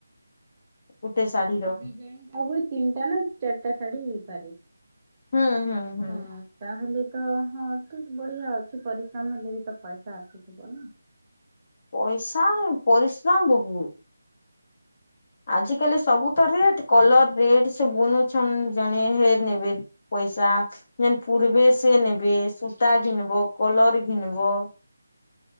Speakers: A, on the left (about 40°); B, on the right (about 25°).
A: ଗୁଟେ ଶାଢୀର
B: ଡିଜାଇନ ହୁଏ ତିନିଟା ନା ଚାରିଟା ଶାଢ଼ୀ ହେଇପାରେ।
A: ହୁଁ ହୁଁ ହୁଁ।
B: ହଁ। ତାହେଲେ ତ ହଁ ଠିକ୍ ବଢି଼ଆ ଅଛି। ପରିଶ୍ରମ ହେଲେ ବି ତ ପଇସା ଆସିଥିବ ନା।
A: ପଇସା ପରିଶ୍ରମ ବହୁତ୍। ଆଜ କାଲି ସବୁ ତ ରେଟ୍। କଲର ରେଟ୍ ସେ ବୁନୁଛନ୍ ଜଣେ ହେ ନେବେ। ପଇସା ଯେନ୍ ପୂର୍ବେ ସେ ନେବେ ସୂତା ଘିନବ କଲର ଘିନବ।